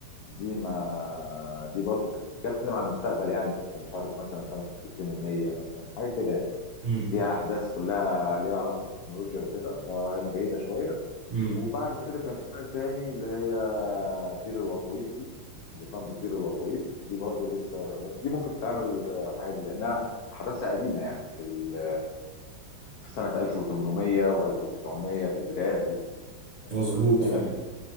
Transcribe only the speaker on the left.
دي ما دي برضو كانت بتتكلم عن المستقبل يعني في مش عارف مثلا سنه 2100 مثلا حاجه كده يعني
فيها احداث كلها ليها علاقه بالتكنولوجيا وكده فهي بعيده شويه
وبعد كده كان في روايه تاني اللي هي بير الوطويط دي لوكاندا بير الوطويط دي برضو لسه بس دي ممكن تتعمل آه، عادي لانها احداثها قديمه يعني في ال في سنة 1800 و1900 في البدايات دي آه،
واخد بالك